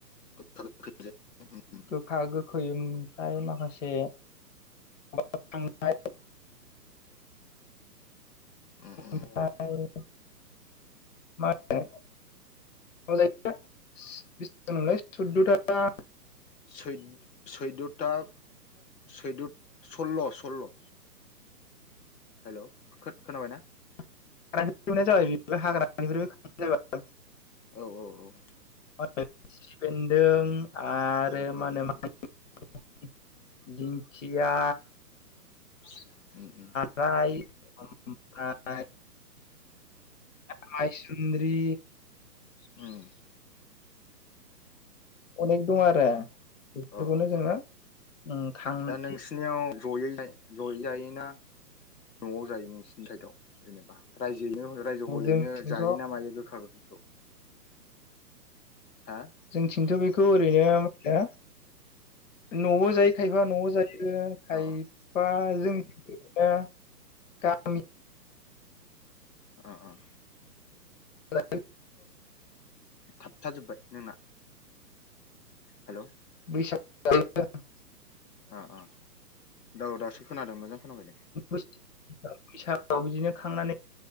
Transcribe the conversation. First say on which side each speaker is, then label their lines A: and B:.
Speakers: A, on the left; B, on the left.
A: गोखा गोखैजों उम
B: गोखा गोखै ओमफ्राय माखासे खांनाय
A: उम
B: ओमफ्राय
A: उम
B: मा होनो <unintelligible>
A: सैद सैद'था सैद' सल्ल' सल्ल' हेल' खोनाबायना?
B: <unintelligible>
A: औ औ औ।
B: मा होनो खिफि बेदों आरो
A: गोखा
B: मा होनो
A: गोखै
B: मानिमुनि, दिंखिया
A: ओम ओम
B: फ्राय ओमफ्राय मायसुन्द्रि
A: ओम।
B: अनेक दं आरो बेफोरखौनो
A: अ
B: जोङो उम खांनानै
A: दा जयै जयै जायो ना न'आव जायो नोंसिनि साइदआव? रायजोयैनो रायजो हलैनो
B: जोंथिंथ'
A: जाय ना मायो गोखा गोखैखौ? हो?
B: जोंनिथिंथ' बेखौ ओरैनो हो? न'आव जायो खायफा न'आव जायो खायफा
A: ओ
B: जोंनिथिंजा गामि
A: अह अह।
B: <unintelligible>
A: थाबथाजोबबाय नोंना। हेलौ?
B: बैसागु जाहैनो
A: अ अ औ दासो खोनादों मोजां। खोनाबाय दे
B: बैसागुआव बिदिनो खांनानै